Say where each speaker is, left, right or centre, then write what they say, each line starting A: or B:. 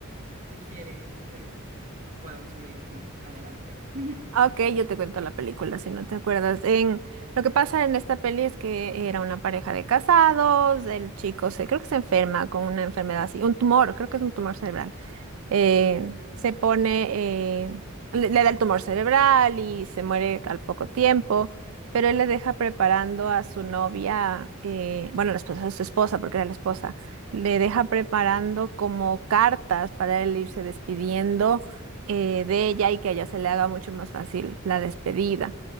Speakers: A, on the right; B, on the right.
A: si quieres, este, podemos seguir como adelante. <laughs>
B: Ah, Ok, yo te cuento la película si no te acuerdas. En, lo que pasa en esta peli es que era una pareja de casados, el chico se, creo que se enferma con una enfermedad así, un tumor, creo que es un tumor cerebral eh, se pone, eh, le, le da el tumor cerebral y se muere al poco tiempo, pero él le deja preparando a su novia, eh, bueno, la esposa, a su esposa, porque era la esposa, le deja preparando como cartas para él irse despidiendo eh, de ella y que a ella se le haga mucho más fácil la despedida.